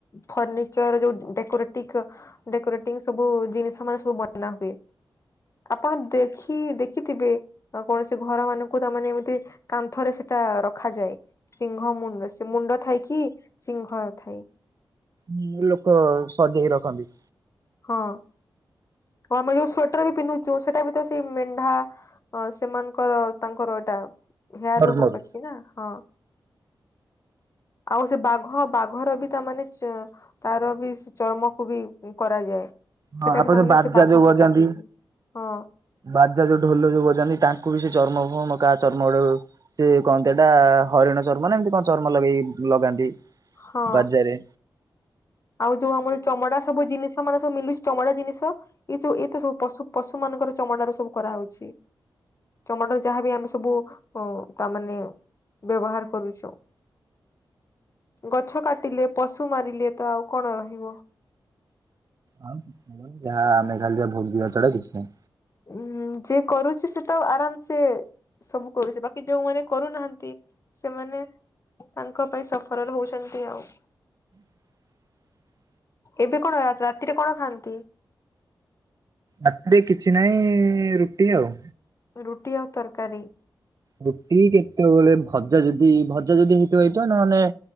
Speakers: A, on the left; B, on the right.
A: ଫର୍ନିଚର ଯୋଉ ଉଁ ଡେକୋରେ ତିଖ ଡେକୋରେଟିଙ୍ଗ ସବୁ ଜିନିଷ ମାନ ସବୁ ବନା ହୁଏ। ଆପଣ ଦେଖି ଦେଖିଥିବେ ଆ କୌଣସି ଘର ମାନଙ୍କୁ ତାମାନେ ଏମିତି କାନ୍ଥରେ ସେ ତା ରଖାଯାଏ ସିଂଘ ମୁଣ୍ଡ ସେ ମୁଣ୍ଡ ଥାଇ କି ସିଂଘ ଥାଏ।
B: ହୁଁ ଲୋକ ସଜେଇ ରଖନ୍ତି।
A: ହଁ। ହଁ ମୁଁ ଏଇ ଯୋଉ ସ୍ଵେଟର ବି ପିନ୍ଧୁଚୁ ସେଇଟା ବି ତ ସେଇ ମେ ଯାହା ଅ ସେମାନଙ୍କର ତାଙ୍କର ଏଇଟା ହେୟାର
B: ଧର୍ମରୁ।
A: ରୁ କୁ ଅଛି ନା ହଁ। ଆଉ ସେ ବାଘ ବାଘର ବି ତା ମାନେ ଚ ତାର ବି ସେ ଚର୍ମକୁ ବି ଉଁ କରାଯାଏ। ସେଟା
B: ହଁ ଆପଣ
A: ବି ତାମାନେ
B: ବା
A: ସେ
B: ବାଜା
A: ବାଘକୁ
B: ଯୋଉ ବଜାନ୍ତି
A: କାଟିକି ହଁ
B: ବାଜା ଯୋଉ ଢୋଲ ଯୋଉ ବଜାନ୍ତି ତାଙ୍କୁ ବି ସେ ଚ ଚର୍ମ ଫର୍ମ କା ଚର୍ମ ଗୋଟେ ସେ କଣ ତ ସେଇଟା ହରିଣ ଚର୍ମ ନା ଏମିତି କଣ ଚର୍ମ ଲଗେଇ ଲଗାନ୍ତି।
A: ହଁ
B: ବାଜା ରେ।
A: ଆଉ ଯୋଉ ଆମର ଚମଡା ସବୁ ଜିନିଷ ଆମର ସବୁ ମିଲୁ ଚମଡା ଜିନିଷ ଏ ସବୁ ଏଇତ ସବୁ ପଶୁ ପଶୁ ମାନଙ୍କର ଚମଡାରୁ ସବୁ କରା ହଉଛି। ଚମଡ଼ାର ଯାହା ବି ଆମେ ସବୁ ଉ ତା ମାନେ ବ୍ୟବହାର କରୁଛୁ। ଗଛ କାଟିଲେ ପଶୁ ମାରିଲେ ତ ଆଉ କଣ ରହିବ?
B: ଆଉ ଆମେ ଯାହା ଆମେ ଖାଲି ଯାହା ଭୋଗିବା ଛଡ଼ା କିଛି ନାଇଁ।
A: ଉଁ ଯିଏ କରୁଛି ସିଏ ତ ଆରାମ ସେ। ସବୁ କରୁଛି ବାକି ଯୋଉମାନେ କରୁନାହାନ୍ତି ସେମାନେ। ତାଙ୍କ ପାଇଁ ସଫରାଲ ହଉଛନ୍ତି ଆଉ।
B: <inaudible>
A: ଏବେ କଣ ରାତିରେ କଣ ଖାଆନ୍ତି?
B: ରାତିରେ କିଛି ନାହିଁ ରୁଟି ଆଉ।
A: ରୁଟି ଆଉ ତରକାରୀ।
B: ରୁଟି କେତେବେଳେ ଭଜା ଯଦି ଭଜା ଯଦି ହେଇଥିବ ହେଇଥିବ ନ ହେଲେ